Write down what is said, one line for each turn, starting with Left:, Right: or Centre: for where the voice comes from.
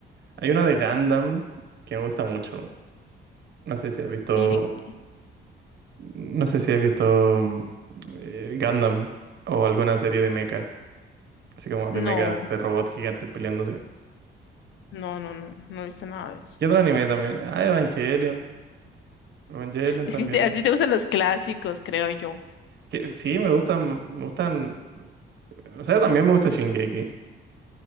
Right: hay una de Gundam que me gusta mucho. No sé si has visto,
Left: Y dije,
Right: no sé si has visto mm, eh, Gundam o alguna serie de mecha, así como de
Left: no.
Right: mechas de robots gigantes peleándose.
Left: No, no, no, no he visto nada de eso.
Right: ¿Qué otro anime también? Ah, Evangelion. Evangelion
Left: Es
Right: también.
Left: que te- a ti te gustan los clásicos, creo yo.
Right: Que sí, me gustan, me gustan. O sea, también me gusta Shingeki.